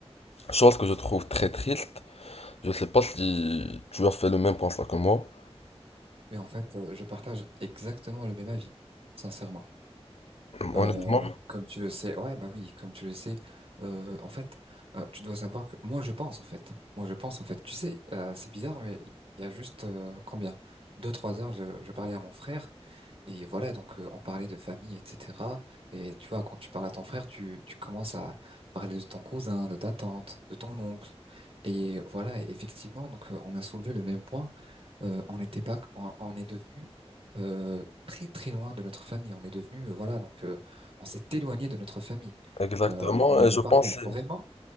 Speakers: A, on the left; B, on the right.
A: Chose que je trouve très triste. Je sais pas si tu as fait le même constat que moi.
B: Mais en fait, euh, je partage exactement le même avis, sincèrement.
A: Honnêtement,
B: Euh, comme tu le sais, ouais, bah oui, comme tu le sais, euh, en fait, euh, tu dois savoir que moi, je pense, en fait. Moi, je pense, en fait. Tu sais, euh, c'est bizarre, mais il y a juste euh, combien? Deux, trois heures, je, je parlais à mon frère et voilà, donc euh, on parlait de famille, etc. Et tu vois, quand tu parles à ton frère, tu, tu commences à parler de ton cousin, de ta tante, de ton oncle. Et voilà, et effectivement, donc euh, on a soulevé le même point. Euh, on n'était pas, on, on est devenu euh, très très loin de notre famille. On est devenu, euh, voilà, donc euh, on s'est éloigné de notre famille.
A: exactement.
B: Euh, mais
A: Et
B: je
A: je pense,
B: parle vraiment,